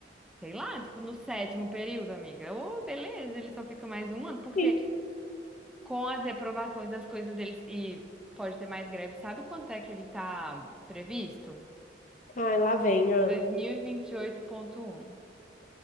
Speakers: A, in the centre; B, on the left.
A: Sei lá, tipo, no sétimo período, amiga. Ô, beleza, ele só fica mais um ano, porque
B: Sim.
A: com as reprovações das coisas deles, e pode ter mais greve, sabe quanto é que ele tá previsto?
B: Ai, lá vem, ó.
A: 2028.1.